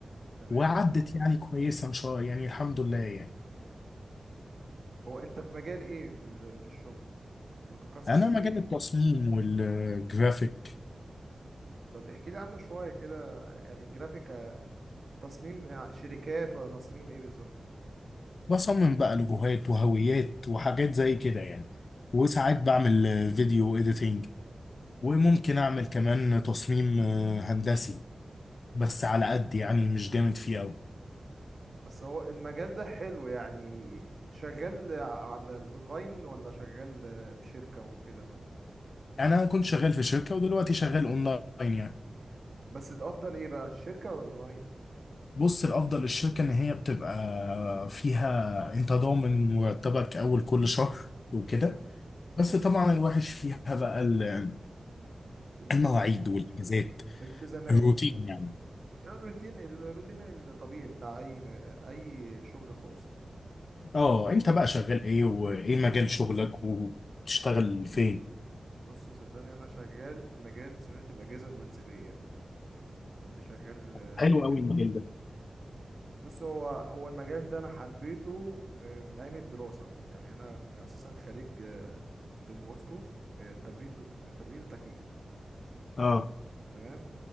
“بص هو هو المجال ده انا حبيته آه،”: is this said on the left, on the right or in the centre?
Right